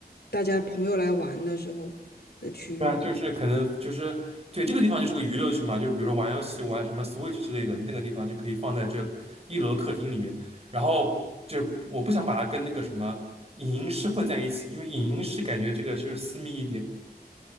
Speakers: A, on the left; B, on the right.
A: 大家朋友来玩的时候的区域。
B: 对啊，就是可能就是对这个地方就是个娱乐区嘛，就是比如说玩游戏、玩什么 Switch 之类的，那个地方就可以放在这一楼客厅里面。然后就是我不想把它跟那个什么影音室混在一起，因为影音室感觉这个就是私密一点。